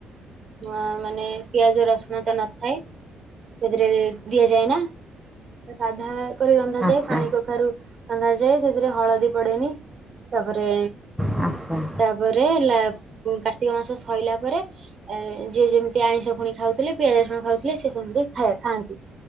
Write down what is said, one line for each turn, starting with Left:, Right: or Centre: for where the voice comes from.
Right: ଉଁ- ମାନେ ପିଆଜ ରସୁଣ ତ ନଥାଏ ସେଇଥିରେ ଦିଆଯାଏ ନା। ସାଧା କରି ରନ୍ଧାଯାଏ
Centre: ଆଚ୍ଛା
Right: ପାଣି କଖାରୁ ରନ୍ଧାଯାଏ ସେଥିରେ ହଳଦୀ ପଡେନି। ତାପରେ
Centre: ଆଚ୍ଛା ଆଚ୍ଛା।
Right: ଘରେ ଲା-ଉଁ, କାର୍ତ୍ତିକ ମାସ ସଇଲା ପରେ। ଏ ଯିଏ ଯେମିତି ଆଇଁଷ ଫୁଣି ଖାଉଥିଲେ ପିଆଜ ରସୁଣ ଖାଉଥିଲେ ସେ ସେମିତି ଖାଏ ଖାଆନ୍ତି।